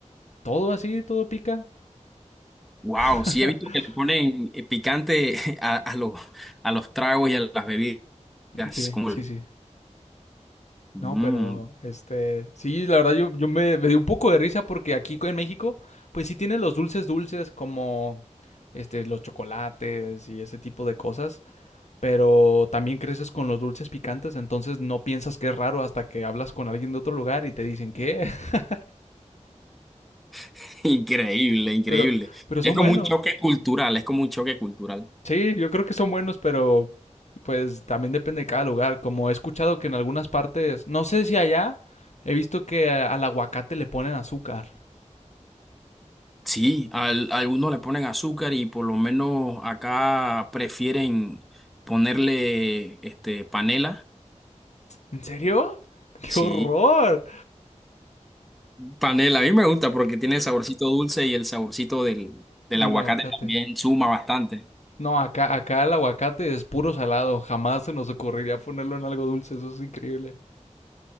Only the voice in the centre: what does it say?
Wow,
sí he visto que le ponen eh, picante <laughs> a, a los, a los tragos y a las bebidas.
Como
el-
Mm,
<laughs> increíble, increíble.
Es
como
un choque cultural, es como un choque cultural.
Sí, al- a algunos le ponen azúcar y por lo menos acá prefieren ponerle este panela.
Sí,
panela, a mí me gusta porque tiene el saborcito dulce y el saborcito del,
del aguacate
también suma bastante.